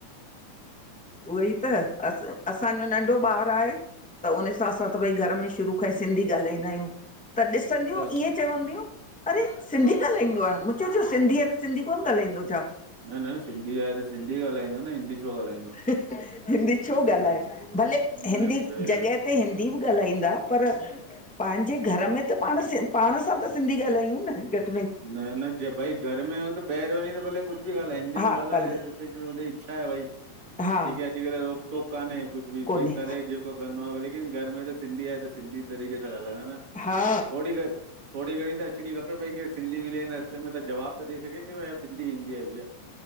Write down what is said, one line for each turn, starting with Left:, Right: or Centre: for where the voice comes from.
Centre: उवोई त अस असांजो नन्ढो ॿारु आहे त उन सां असां त भई घर में शुरू खां ई सिंधी ॻाल्हाईंदा आह्युं त ॾिसंदयूं
Right: अच्छा
Centre: त इंय चवंदयूं अरे सिंधी ॻाल्हाईंदो आ मूं चयो त सिंधी आ त सिंधी कोन ॻाल्हाईंदो छा
Right: न न सिंधी आहे त सिन्धी ॻाल्हाईंदो न हिंदी छो ॻाल्हाईंदो
Centre: हिंदी छो ॻाल्हाए भले हिंदी
Right: न सही आहे
Centre: जॻह हिते हिंदी बि ॻाल्हाईंदा पर पांजे घर में त पाण सां पाण सां त सिंधी ॻाल्हायुं न घट
Right: न न जे भई घर में आ आह्युं त ॿाहिर वञी त भले कुछ बि ॻाल्हाए हिंदी
Centre: हा
Right: में ॻाल्हाए
Centre: भले
Right: हुन जी इच्छा आहे भई
Centre: हा
Right: जेके अॼुकल रोक टोक कान्हे कुछ बि
Centre: कोन्हे
Right: करे भई करणो आहे लेकिन घर में त सिंधी आहे त सिंधी तरीक़े सां ॻाल्हाइंयो न
Centre: हा
Right: थोडी गणीं थोरी घणीं त अचणी खपे पई की सिंधी मिले हिन रस्ते में त जवाब त ॾेई सघे क भई सिंधी ईंदी आहे भैया।